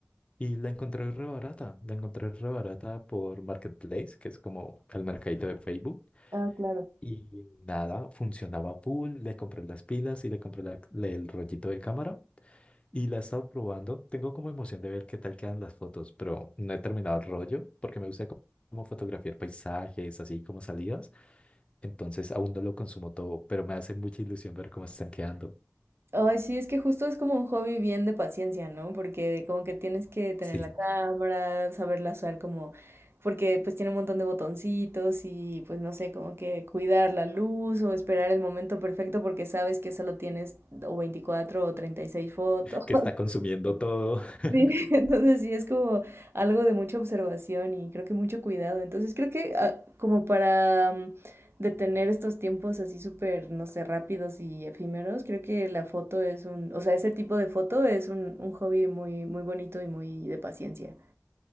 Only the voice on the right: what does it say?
Ah, claro.
Ay, sí, es que justo es como un hobby bien de paciencia, ¿no? Porque como que tienes que tener
la cámara, saberla usar como, porque pues tiene un montón de botoncitos y pues no sé, como que cuidar la luz o esperar el momento perfecto porque sabes que solo tienes o 24 o 36 fotos.
Sí, <laughs> entonces sí es como algo de mucha observación y creo que mucho cuidado. Entonces creo que ah, como para mm, detener estos tiempos así súper, no sé, rápidos y efímeros, creo que la foto es un, o sea, ese tipo de foto es un, un hobby muy, muy bonito y muy de paciencia.